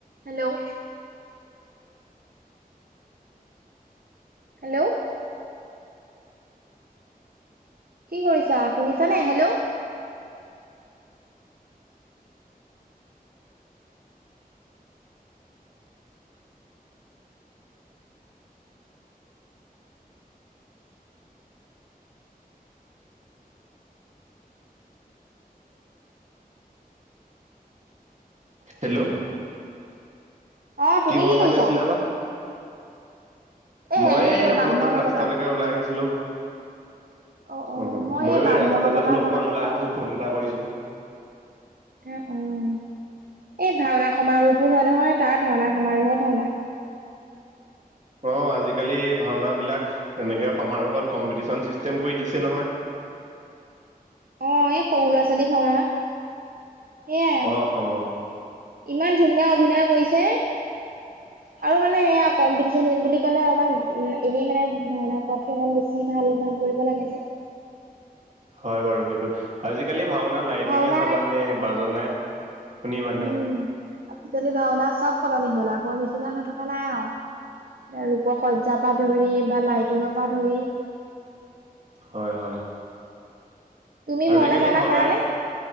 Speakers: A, on the right; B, on the right.
A: হেল্ল' হেল্ল' কি কৰিছা শুনিছা নে হেল্ল'
B: হেল্ল'
A: অ
B: কি
A: তুমি
B: ভাওনা
A: কৰিছা
B: চাইছিলা বা?
A: হেৰি
B: মই এ অকমান
A: ব্ৰাহ্মণ অৱতাৰ
B: ৰাস্তালৈকে ওলাই আহিছিলোঁ।
A: অ অ
B: অ'ময়ো
A: মই সেই ব্ৰাহ্মণ
B: এ ৰাস্তালৈ
A: অৱতাৰ
B: বোলো অকমান
A: ভাওনাখন
B: ওলাই
A: চাই
B: আহো
A: আছিলো
B: ফোন এটা কৰিছো।
A: অ' অ' এই ভাওনা সমাৰোহবোৰ হয় নহয় তাৰ ভাওনা সমাৰোহৰ ভাওনা।
B: অ, আজিকালি ভাওনা বিলাক এনেকে সমাৰোহত কম্পিটিচন চিষ্টেম কৰি দিছে নহয়।
A: অ, এই সৰু ল'ৰা- ছোৱালী ভঙা সেইয়াই আৰু।
B: অ অ
A: ইমান ধুনীয়া অভিনয় কৰিছে।
B: <inaudible>
A: আৰু মানে এয়া কম্পিটিচন বুলি ক'লে, অকমান উম, এনেই মানে ভাওনা ঘৰতকে অকমান বেছি। বেছি ভাল- ভাল কৰিব লাগে যে।
B: হয় বাৰু সেইটো, আজিকালি ভাওনা লাইটিঙে
A: ভাওনা
B: চাবানে, বাজনাই শুনিবানে।
A: উম আজিকালি ভাওনা চব সলনি হ'ল, আগৰ নিচিনা হৈ থকা নাই আৰু। এ ৰূপক সজ্জাৰ পৰা ধৰি বা লাইটিঙৰ পৰা ধৰি।
B: হয়- হয়।
A: তুমি
B: আজিকালি
A: চাওনা
B: ভাওনা,
A: কৰা নে